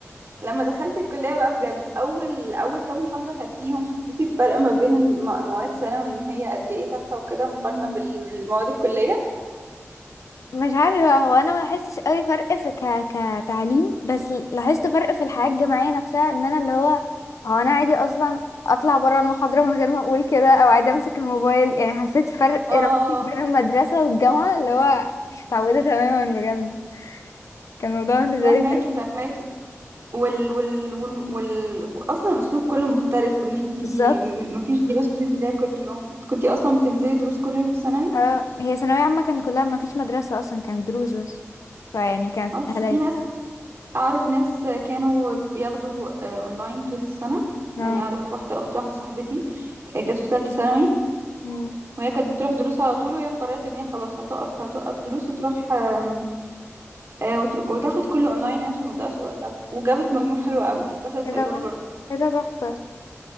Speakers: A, on the right; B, on the left.
A: لما دخلت الكلية بقى بجد أول أول كام محاضرة خدتيهم حسيتي بفرق ما بين الم- مواد ثانوي إن هي قد إيه تافهة وكده مقارنة بال- بالمواد الكلية
B: مش عارفة هو انا ما لاحظتش قوي فرق في ك... كتعليم بس لاحظت فرق في الحياة الجامعية نفسها ان انا اللي هو هو انا عادي اصلا اطلع برا المحاضرة من غير ما اقول كده او عادي امسك الموبايل يعني حسيت فرق
A: اه
B: رهيب بين المدرسة والجامعة اللي هو مش متعودة تماما بجد كان الموضوع بالنسبة
A: فهماكي
B: لي غريب
A: فهماكي وال وال وال, وال... أصلا الأسلوب كله مختلف وإن انتي
B: بالظبط
A: م- مفيش دروس بتنزليها كل يوم كنتي أصلا بتنزلي دروس كل يوم في ثانوي
B: اه هي ثانوية عامة كان كلها ما فيش مدرسة اصلا كانت دروس بس فيعني كانت
A: اه بس
B: هلاك
A: في ناس
B: يعني.
A: أعرف ناس كانوا بياخدوا آه، أونلاين طول السنة
B: اه
A: يعني أعرف واحدة أخت واحدة صاحبتي آه، جت في تالتة ثانوي
B: مم.
A: وهي كانت بتروح دروس على طول وهي قررت ان هي خلاص هتقف هتوقف دروس وتروح آم، آه، وتر- وتاخد كله اونلاين عشان ما تضيعش وقتها وجابت مجموع حلو قوي دخلت صيدله
B: ايه ده بقى؟
A: برضو
B: ايه ده تحفة